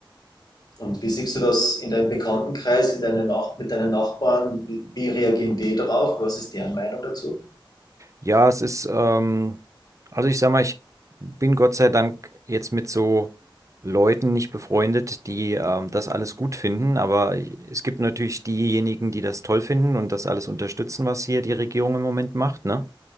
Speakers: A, on the left; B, on the right.
A: Und wie siehst du das in deinem Bekanntenkreis, in deine Nach mit deinen Nachbarn? Wie, wie reagieren die drauf? Was ist deren Meinung dazu?
B: Ja, es ist, ähm, also ich sag mal, ich bin Gott sei Dank jetzt mit so Leuten nicht befreundet, die ähm, das alles gut finden, aber es gibt natürlich diejenigen, die das toll finden und das alles unterstützen, was hier die Regierung im Moment macht, ne?